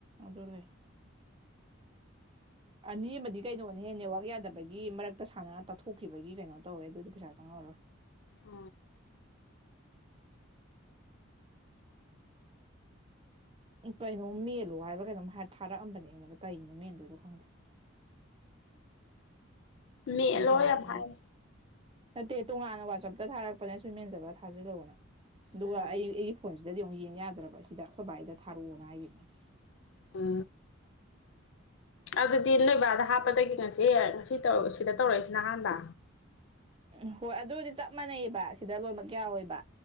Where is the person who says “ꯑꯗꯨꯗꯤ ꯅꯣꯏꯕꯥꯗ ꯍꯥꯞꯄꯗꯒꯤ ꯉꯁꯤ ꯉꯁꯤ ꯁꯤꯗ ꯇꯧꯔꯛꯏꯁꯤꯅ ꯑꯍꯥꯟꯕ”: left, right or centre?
Left